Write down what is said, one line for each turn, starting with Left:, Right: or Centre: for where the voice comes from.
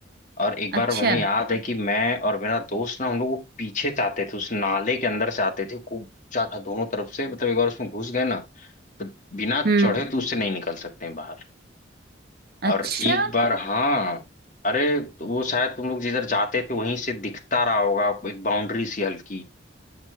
Left: और एक बार
Right: अच्छा
Left: हमें याद है कि मैं और मेरा दोस्त ना हम लोग वो पीछे से आते थे उस नाले के अंदर से आते थे खूब ऊंचा था दोनों तरफ से मतलब एक बार उसमें घुस गए ना तो बिना
Right: हम्म
Left: चढ़े तो उससे नहीं निकल सकते हैं बाहर
Right: अच्छा
Left: और एक बार हाँ अरे तो वो शायद तुम लोग जिधर जाते थे वहीं से दिखता रहा होगा एक बाउंड्री सी हल्की